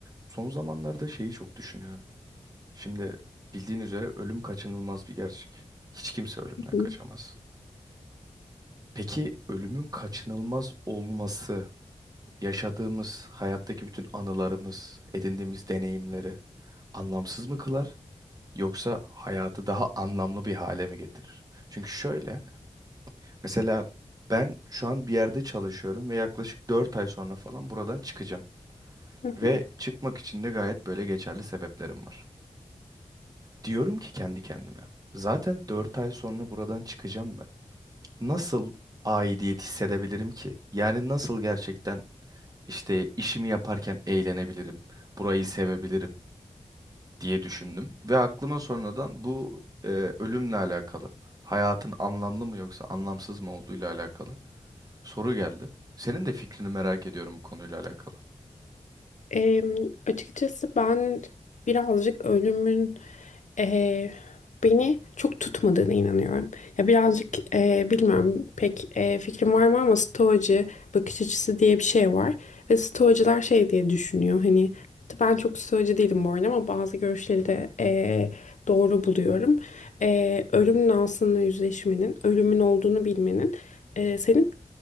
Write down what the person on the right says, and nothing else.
Son zamanlarda şeyi çok düşünüyorum. Şimdi bildiğin üzere ölüm kaçınılmaz bir gerçek. Hiç kimse ölümden
kaçamaz. Peki ölümün kaçınılmaz olması, yaşadığımız hayattaki bütün anılarımız, edindiğimiz deneyimleri anlamsız mı kılar yoksa hayatı daha anlamlı bir hale mi getirir? Çünkü şöyle, mesela ben şu an bir yerde çalışıyorum ve yaklaşık 4 ay sonra falan buradan çıkacağım
ve çıkmak için de gayet böyle geçerli sebeplerim var. Diyorum ki kendi kendime. Zaten 4 ay sonra buradan çıkacağım ben. Nasıl aidiyet hissedebilirim ki? Yani nasıl gerçekten işte işimi yaparken eğlenebilirim, burayı sevebilirim diye düşündüm. Ve aklıma sonradan bu e, ölümle alakalı, hayatın anlamlı mı yoksa anlamsız mı olduğuyla alakalı soru geldi. Senin de fikrini merak ediyorum bu konuyla alakalı.